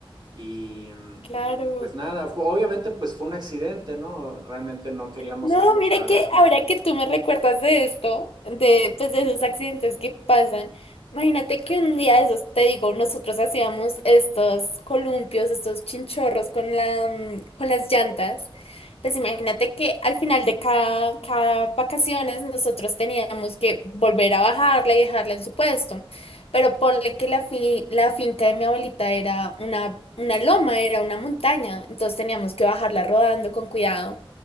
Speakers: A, on the right; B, on the left.
A: Y
B: Claro.
A: pues nada, fue- obviamente pues fue un accidente, ¿no? Realmente no queríamos
B: No,
A: que pasara
B: mire que
A: algo así.
B: ahora que tú me recuerdas de esto, de, pues de esos accidentes que pasan, imagínate que un día de esos, te digo, nosotros hacíamos estos columpios, estos chinchorros con la, mm, con las llantas. Pues imagínate que al final de cada, cada vacaciones nosotros teníamos que volver a bajarla y dejarla en su puesto. Pero ponle que la, fi- la finca de mi abuelita era una, una loma, era una montaña. Entonces teníamos que bajarla rodando con cuidado.